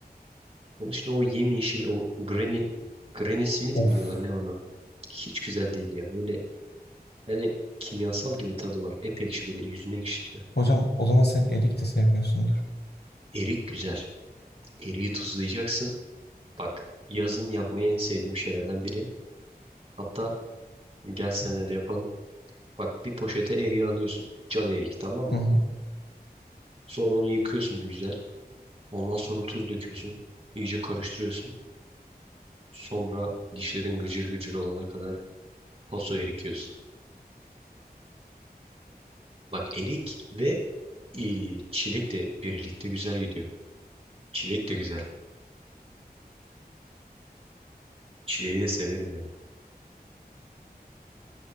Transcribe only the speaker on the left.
Of.
Hocam o zaman sen erik de sevmiyorsundur.
Hı hı.